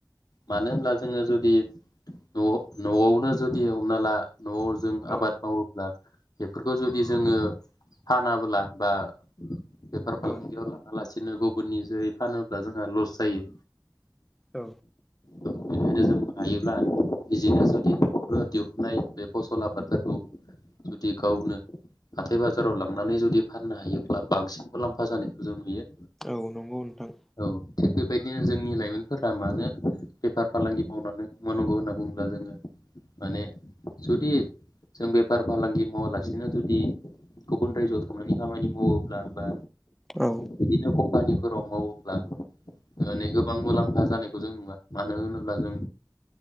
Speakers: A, on the left (about 60°); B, in the centre.
A: मानो होनब्ला जोङो जुदि न' न'आवनो जुदि हमना ला न'आव जों
B: औ
A: आबाद मावोब्ला बेफोरखौ जुदि जोङो फानाबोला बा बेेफार फालांगियाव
B: औ
A: लांंङालासिनो बिदिनो गुबुननि जोहै फानोब्ला जोंहा लस जायो।
B: औ।
A: बेनिखायनो जों हायोब्ला निजेनो जुदि न'खराव दिहुननाय बे फसल आबादफोरखौ जुदि गावनो हाथाय बाजाराव लांनानै जुदि फाननो हायोब्ला बांसिन मुलाम्फा जानायखौ जों नुयो।
B: औ नंगौ नोंथां।
A: औ थिग बेबायदिनो जोंनि लाइमोनफोरा मानो बेफार फालांगि मावनानै मावनांगौ होनना बुङोब्ला जोङो माने जुदि जों बेफार फालांगि मावालासिनो जुदि गुबुन रायजोआव थांनानै खामानि मावोब्ला बा
B: औ
A: बिदिनो खम फानिफोराव मावोब्ला ओ ने गोबां मुलाम्फा जानायखौ जों नुवा मानो होनोब्ला जों